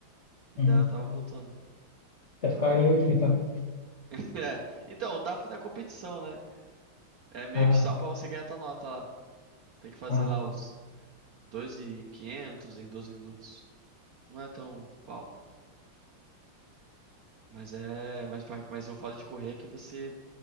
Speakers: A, on the right; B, on the left.
A: e
B: Uhum.
A: daí eu tava voltando.
B: Vai ficar
A: E-
B: em último, então.
A: <laughs> É, então, o TAF não é competição, né? É meio
B: Ah,
A: que só pra você ganhar tua nota lá. Tem que fazer
B: ah,
A: lá os 2.500 em 12 minutos. Não é tão pau, mas é, mas, pra- mas o foda de correr é que você